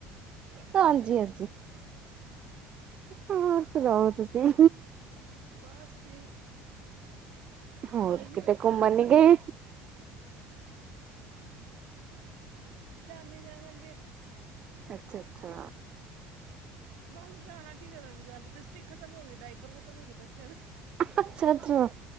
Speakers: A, on the right (about 35°); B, on the right (about 80°).
A: ਹਾਂਜੀ ਹਾਂਜੀ ਹੋਰ ਸੁਣਾਓ ਤੁਸੀਂ?
B: ਬਸ ਜੀ।
A: ਹੋਰ
B: ਖਾਈ ਜਾਂਦੇ
A: ਕਿਤੇ ਘੁੰਮਣ ਨਹੀਂ ਗਏ?
B: ਸ਼ਾਮੀ ਜਾਵਾਂਗੇ।
A: ਅੱਛਾ ਅੱਛਾ।
B: ਬਸ ਜਾਣਾ ਕੀ ਕਰਨ ਬਜ਼ਾਰ ਲਿਪਸਟਿਕ ਖਤਮ ਹੋ ਗਏ ਡਾਇਪਰ ਖਤਮ ਹੋ ਗਏ ਬੱਚਿਆਂ ਦੇ।
A: ਅੱਛਾ ਅੱਛਾ